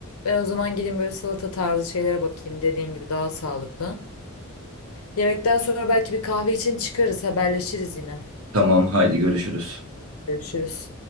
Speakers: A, on the left; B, on the right.
A: Ben o zaman gideyim böyle salata tarzı şeylere bakayım dediğin gibi daha sağlıklı. Yemekten sonra belki bir kahve için çıkarız haberleşiriz yine.
B: Tamam haydi görüşürüz.
A: Görüşürüz.